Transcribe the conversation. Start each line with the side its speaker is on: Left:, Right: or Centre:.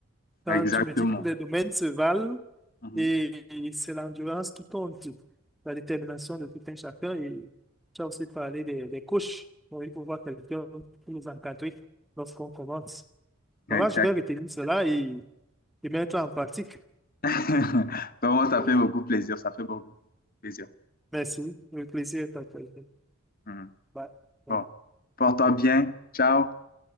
Centre: Quand
Left: Exactement.
Centre: tu me dis que les domaines se valent
Left: Mhm.
Centre: et, et c'est l'endurance qui compte, la détermination de tout un chacun. Et tu as aussi parlé des, des coachs. Donc, il faut voir quelqu'un pour nous encadrer lorsqu'on commence. Bon,
Left: Exact.
Centre: là je vais retenir cela et, et mettre en pratique.
Left: <laughs> Vraiment, ça
Centre: Oui.
Left: fait beaucoup plaisir. Ça fait beaucoup plaisir.
Centre: Merci. le plaisir est partagé.
Left: Mhm.
Centre: Bye. Bye.
Left: Bon, porte-toi bien. Ciao.